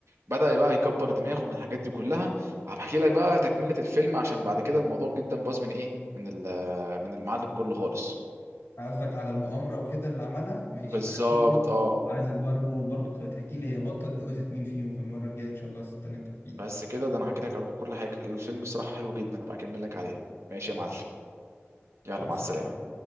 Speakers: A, on the right; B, on the left.
A: بدأ بقى يكبر دماغه من الحاجات دي كلها هبحكي لك بقى تكملة الفيلم عشان بعد كده الموضوع جدا باظ من ايه من ال من المعلم كله خالص
B: قصدك على المؤامره وكده اللي عملها ماشي
A: بالظبط
B: بحكي لي
A: اه
B: عايزك برضه برضه تبقى تحكي لي هي بطه اتجوزت مين فيهم في المره الجايه ان شاء الله استناك تحكي لي
A: بس كده ده انا حكيت لك على كل حاجه الفيلم الصراحه حلو جدا هبقى اكمل لك عليه ماشي يا معلم يلا
B: مع
A: مع
B: السلامه
A: السلامه